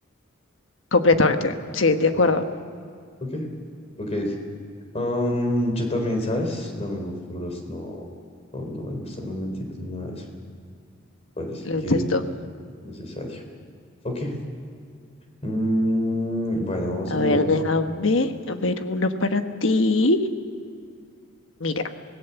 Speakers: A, on the left (about 75°); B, on the left (about 30°).
A: completamente. Sí, de acuerdo.
B: Ok, ok. ok. Um, yo también, ¿sabes? Lo mismo, por dos, no, no, no me gustan las mentiras ni nada de eso. Parece
A: Lo
B: que
A: detesto.
B: es necesario. Ok, mm, bueno, vamos
A: A
B: a
A: ver,
B: mirar.
A: déjame ver uno para ti. Mira,